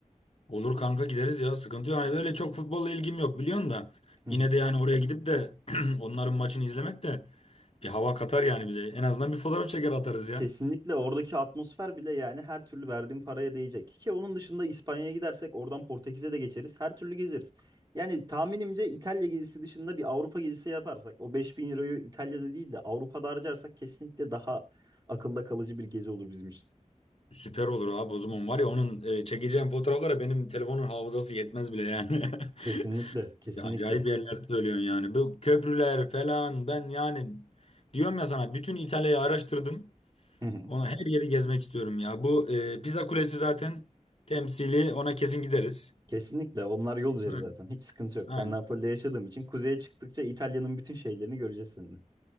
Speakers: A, on the left (about 50°); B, on the right (about 30°).
A: Olur kanka gideriz ya. Sıkıntı yok. Hani öyle çok futbolla ilgim yok biliyorsun da.
B: Hı
A: Yine
B: hı.
A: de yani oraya gidip de <clears throat> onların maçını izlemek de bir hava katar yani bize. En azından bir fotoğraf çeker atarız ya.
B: Kesinlikle oradaki atmosfer bile yani her türlü verdiğim paraya değecek. Ki onun dışında İspanya'ya gidersek oradan Portekiz'e de geçeriz. Her türlü gezeriz. Yani tahminimce İtalya gezisi dışında bir Avrupa gezisi yaparsak o 5000 euroyu İtalya'da değil de Avrupa'da harcarsak kesinlikle daha akılda kalıcı bir gezi olur bizim için.
A: Süper olur abi o zaman var ya onun e, çekeceğim fotoğraflara benim telefonun hafızası yetmez bile yani. <laughs>
B: Kesinlikle, kesinlikle.
A: Ya acayip yerler söylüyorsun yani. Bu köprüler falan ben yani diyorum ya sana bütün İtalya'yı araştırdım.
B: <laughs>
A: Ona her yeri gezmek istiyorum ya. Bu e, Pisa Kulesi zaten temsili ona kesin gideriz.
B: Kesinlikle onlar yol üzeri
A: Hı,
B: zaten hiç sıkıntı yok.
A: aynen.
B: Ben Napoli'de yaşadığım için kuzeye çıktıkça İtalya'nın bütün şeylerini göreceğiz seninle.